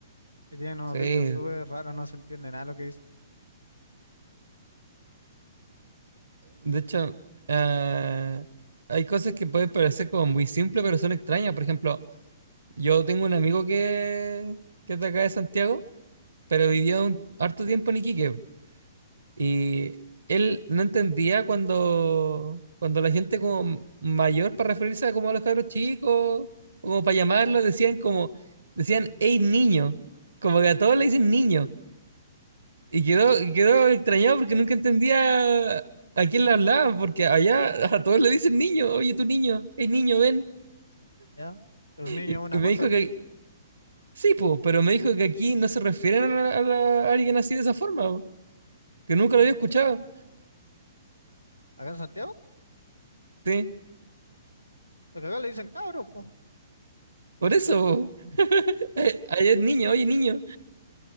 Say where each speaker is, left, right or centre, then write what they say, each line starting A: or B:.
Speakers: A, on the left; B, on the right.
A: que tienen unos
B: Sí.
A: dichos súper raros, no se entiende nada lo que dicen,
B: De hecho, ah, hay cosas que pueden parecer como muy simples, pero son extrañas. Por ejemplo, yo tengo un amigo que, que es de acá de Santiago, pero
A: ¿ya?
B: vivió un harto tiempo en Iquique. Y él no entendía cuando, cuando la gente como mayor, para referirse a como a los cabros chicos, como para llamarlo, decían como, decían, hey niño, como que a todos le dicen niño. Y quedó, y quedó extrañado porque nunca entendía a quién le hablaban, porque allá a todos le dicen niño, oye tú niño, hey niño, ven.
A: ¿Ya? Pero un niño
B: Y,
A: es una
B: y me
A: cosa,
B: dijo
A: po.
B: que, sí, po, pero me dijo que aquí no se refieren a, la- a la- a alguien así de esa forma, po, que nunca lo había escuchado.
A: acá en Santiago,
B: Sí,
A: porque acá le dicen cabros, po.
B: por eso.
A: Mm.
B: po. Eh, Hay un niño, oye niño,